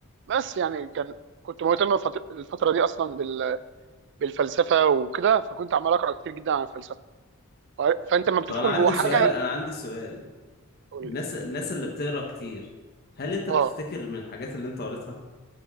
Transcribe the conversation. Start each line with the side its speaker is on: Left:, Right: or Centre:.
Right: بس يعني كان كنت مهتم الفت- الفتره دي اصلا بال بالفلسفه وكده فكنت عمال اقرا كتير جدا عن الفلسفه فانت لما بتدخل
Left: طب انا عندي
Right: جوه حاجه
Left: سؤال انا عندي سؤال
Right: قول
Left: الناس
Right: لي
Left: الناس اللي بتقرا كتير هل انت
Right: اه
Left: بتفتكر من الحاجات اللي انت قريتها